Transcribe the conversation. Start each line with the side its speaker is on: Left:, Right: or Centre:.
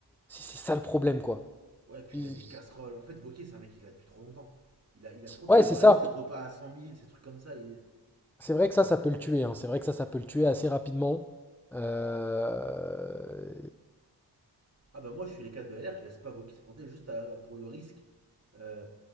Centre: C'est c'est ça le problème, quoi.
Right: Ouais, puis
Centre: Il-
Right: il a des casseroles. En fait, Vauquier, c'est un mec qui l'a depuis trop longtemps. Il a, il a trop de
Centre: Ouais,
Right: casseroles
Centre: c'est ça.
Right: avec ses repas à 100 000, ces trucs comme ça. Il,
Centre: C'est vrai que ça, ça peut le tuer. hein. C'est vrai que ça, ça peut le tuer assez rapidement. Euh,
Right: Ah bah moi je suis les 4 de LR, je laisse pas Vokis se présenter juste à- pour le risque euh,